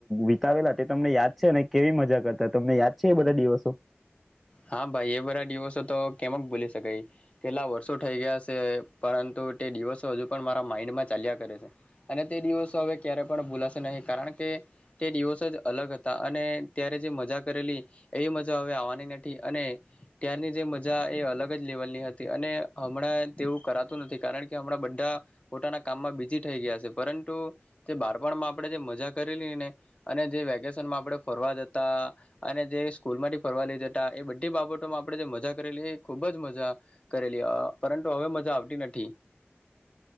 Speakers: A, in the centre; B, on the left (about 30°).
A: વિતાવેલા તે તમને યાદ છે અને કેવી મજા કરતા તમને યાદ છે એ બધા દિવસો.
B: હા ભાઈ એ બધરાા દિવસો તો કેમ જ ભૂલી શકાય કેટલા વર્ષો થઈ ગયા છે પરંતુ તે દિવસો હજુ પણ મારા માઈન્ડમાં ચાલ્યા કરે છે અને તે દિવસો હવે ક્યારે પણ ભૂલાશે નહી કારણ કે તે દિવસો જ અલગ હતા અને ત્યારે જે મજા કરેલી એવી મજા હવે આવવાનીને. અને ત્યારની જે મજા એ અલગ જ લેવલની હતી અને હમણાં તેવું કરાતું નથી કારણ કે હમણાં બધા પોતાના કામમાં બીજી થઈ ગયા છે પરંતુ તે બારપણમાં આપણે જે મજા કરેલી ને અને જે વેકેશનમાં આપણે ફરવા જતા અને જે સ્કૂલ માંથી ફરવા લઈ જતા. એ બધી બાબતોમાં આપણે જે મજા કરેલી એ ખુબ જ મજા કરેલી પરંતુ હવે મજા આવતી નથી.